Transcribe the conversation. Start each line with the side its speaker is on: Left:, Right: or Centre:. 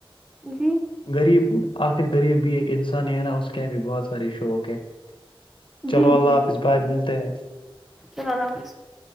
Centre: جی
Left: غریب <inaudible> <unintelligible> آخر غریب بھی ایک انسانی ہے نا اس کے بھی بہت سارے شوق ہے <unintelligible> چلو
Centre: جی
Left: اللہ
Centre: جی
Left: حافظ بائے ملتے ہیں <unintelligible>
Centre: چلو اللہ حافظ <unintelligible>